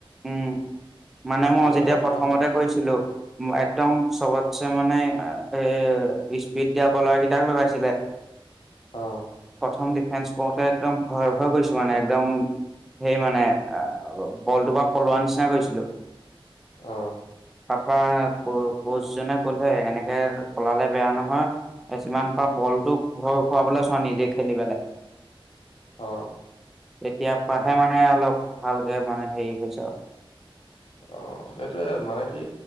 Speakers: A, in the centre; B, on the left.
A: উম। মানে মই
B: সেইকাৰণে
A: যেতিয়া প্ৰথমতে
B: ভাল
A: কৈছিলো, একদম চবতছে মানে এ স্পীড দিয়া বলাৰ কেইটাক লগাইছিলে।
B: অ
A: প্ৰথম ডিফেন্স কৰোতে একদম ভয় ভয় কৰিছো মানে একদম সেই মানে অ বলটো বা থলোৱা নিচিনা কৰিছিলোঁ
B: অ
A: ত ক কোচ জনে কলে এনেকে পলালে বেয়া নহয়। যিমান পা বলটোক ঘৰ খুৱাবলৈ চোৱা নিজে খেলি পেলাই
B: অ
A: তেতিয়া পাহে মানে অলপ ভালকে মানে হেৰি হৈছে আৰু।
B: অ সেইটোয়ে মানে কি